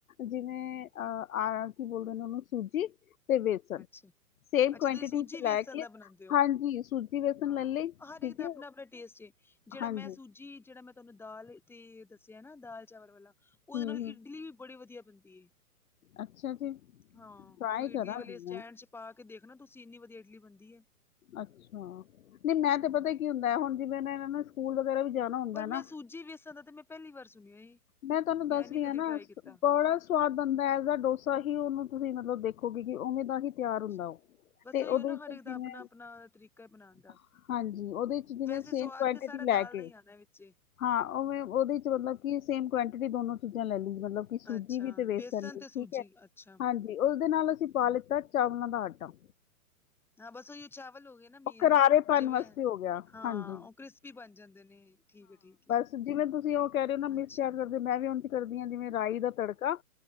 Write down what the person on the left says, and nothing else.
ਜਿਵੇਂ-ਅਹ, ਆ ਕੀ ਬੋਲਦੇ ਨੇ ਉਹਨੂੰ ਸੂਜੀ? ਤੇ ਵੇਸਣ
ਸੇਮ
ਕੁਆਂਟਿਟੀ
ਚ
ਲੈ
ਕੇ
ਹਾਂਜੀ ਸੂਜੀ ਬੇਸਨ
ਲੈ ਲਈ ਠੀਕ
ਹੈ
ਹਾਂਜੀ
ਹੂੰ
ਹੂੰ
ਅੱਛਾ ਜੀ
ਟਰਾਈ
ਕਰਾਂਗੀ
ਮੈਂ
ਅੱਛਾ, ਨਹੀਂ ਮੈਂ
ਤੇ ਪਤਾ ਕੀ ਹੁੰਦਾ, ਹੁਣ ਜਿਵੇਂ-ਇਹਨਾਂ ਨੇ ਸਕੂਲ ਵਗੈਰਾ ਵੀ ਜਾਣਾ? ਹੁੰਦਾ
ਹੈ
ਨਾ
ਮੈਂ ਤੁਹਾਨੂੰ ਦੱਸ
ਰਹੀ
ਹਾਂ ਨਾ,
ਕੋਰਸ ਸਵਾਦ ਆਉਦਾ ਡੋਸਾ ਹੀ‌ ਉਹਨੂੰ ਤੁਸੀਂ ਮਤਲਬ ਦੇਖੋਗੇ ਕਿ ਉਓਵੇਂ ਦਾ ਹੀ ਤਿਆਰ
ਹੁੰਦਾ ਉਹ।
ਤੇ
ਉਹਦੇ
ਵਿੱਚ
ਜਿਵੇਂ-ਹਾਂਜੀ,
ਉਹਦੇ ਵਿੱਚ ਜਿਵੇਂ
ਸੇਮ
ਕੁਆਂਟਿਟੀ
ਲੈ ਕੇ
ਹਾਂ, ਉਹਵੇਂ ਉਹਦੇ ਚ ਮਤਲਬ ਕਿ ਸੇਮ ਕੁਆਂਟਿਟੀ ਦੋਨੋ ਚੀਜ਼ਾਂ ਲੈ ਲਈਆਂ ਮਤਲਬ ਕਿ ਸੂਜੀ
ਵੀ ਤੇ ਵੇਸਣ ਲਈ
ਠੀਕ
ਹੈ।
ਹਾਂਜੀ, ਉਸਦੇ ਨਾਲ ਅਸੀਂ ਪਾ
ਲਿੱਤਾ ਚਾਵਲਾਂ ਦਾ ਆਟਾ।
ਉਹ ਕਰਾਰੇ ਪਾਉਣ
ਵਾਸਤੇ ਹੋ ਗਿਆ
ਹਾਂਜੀ
ਜਿਵੇਂ-ਤੁਸੀਂ ਉਹ ਕਹਿ ਰਹੇ ਹੋ ਨਾ, ਮਿਰਚ
ਤਿਆਰ ਕਰਦੇ, ਮੈਂ ਵੀ ਉਹ ਚ ਕਰਦੀ ਹਾਂ। ਜਿਵੇਂ-ਰਾਈ ਦਾ ਤੜਕਾ